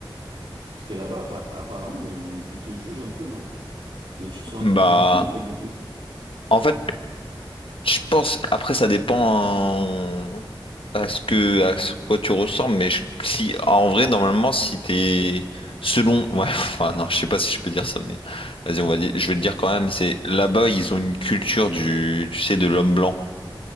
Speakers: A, on the right; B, on the left.
A: Parce que là-bas, appa- apparemment, ils, ils te jugent un peu, non? Et tu te sens
B: Bah,
A: un peu jugé ou pas du tout?
B: en fait, Je pense, après, ça dépend à ce que, à ce quoi tu ressembles, mais je- si, en vrai, normalement, si t'es, selon, ouais, <laughs> enfin, non, je sais pas si je peux dire ça, mais vas-y, on va dire, je vais le dire quand même, c'est, là-bas, ils ont une culture du, tu sais, de l'homme blanc.